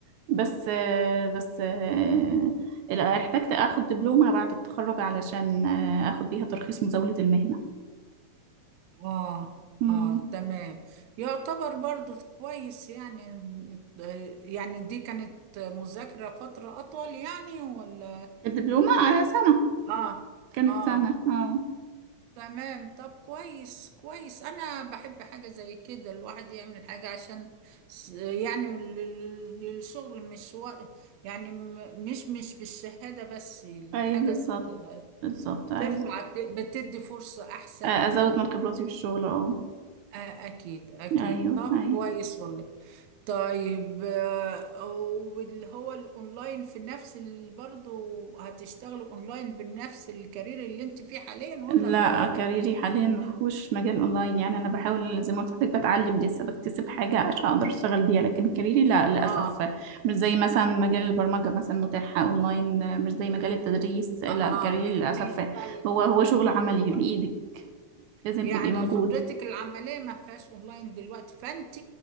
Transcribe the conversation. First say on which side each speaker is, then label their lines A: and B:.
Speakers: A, on the right; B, on the right.
A: بس آه، بس آه، لا، احتجت اخد دبلومة بعد التخرج علشان آه، اخد بيها ترخيص مزاولة المهنة
B: اه
A: مم.
B: اه تمام يعتبر برضو كويس يعني إن- يعني دي كانت مذاكرة فترة أطول يعني ولا
A: الدبلومة آه، سنة
B: اه
A: كانت
B: اه
A: سنة اه
B: تمام طب كويس كويس أنا بحب حاجة زي كده الواحد يعمل حاجة عشان س- يعني ال- ال- الشغل مش و... يعني م- مش مش بالشهادة بس الحاجة
A: ايوه بالظبط
B: ت-
A: بالظبط ايوه
B: ترفع ت- بتدي فرصة أحسن
A: آه، ازود من خبراتي في الشغل اه
B: آه، أكيد أكيد
A: ايوه
B: طب
A: ايوه
B: كويس والله طيب آه، واللي هو الاونلاين في نفس ال- برضه هتشتغلي اونلاين بنفس الكارير اللي انت فيه حاليا ولا
A: لا
B: تغيريه
A: كاريري حاليا ما فيهوش مجال اونلاين يعني انا بحاول زي ما قلت لحضرتك بتعلم لسه بكتسب حاجه عشان اقدر اشتغل بيها لكن كاريري لا للاسف
B: اه
A: مش زي مثلا مجال البرمجه مثلا متاح اونلاين مش زي مجال التدريس لا
B: اه
A: كاريري للاسف
B: ما ينفع-
A: هو هو شغل عملي بايدك لازم
B: يعني
A: تبقي موجود
B: خبرتك العمليه ما فيهاش اونلاين دلوقتي فانت